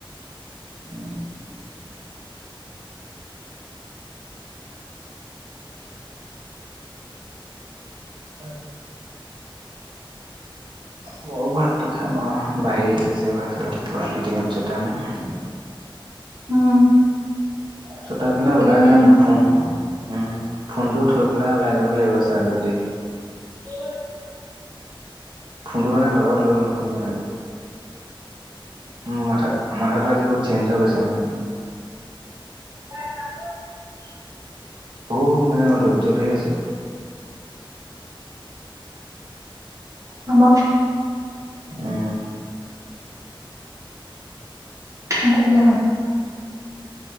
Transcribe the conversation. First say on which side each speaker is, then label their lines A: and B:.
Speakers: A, on the right (about 60°); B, on the right (about 35°).
A: উম। <unintelligible> মও ভাতটো খাম আও বাহি থৈছে ভাত <unintelligible>
B: উম।
A: ছোতাই পেলাই
B: কি
A: ওলাই
B: নাই
A: যাম
B: মই
A: নুশু। উম, ফোনটো থৈ পেলাই ওলাই যাব লাগিব চাজৰ্ত দি।
B: <unintelligible>
A: ফোনটো মানে লগত লৈ নুফুৰোঁ মানে। উম মাথা মাথাটো আজি বহুত চেঞ্জ হৈ গৈছে মানে মো
B: <unintelligible>
A: বহুত মানে মই ধৈৰ্য ধৰি আছোঁ।
B: হ'ব।
A: উম।
B: নকৰিলেই হ'ল।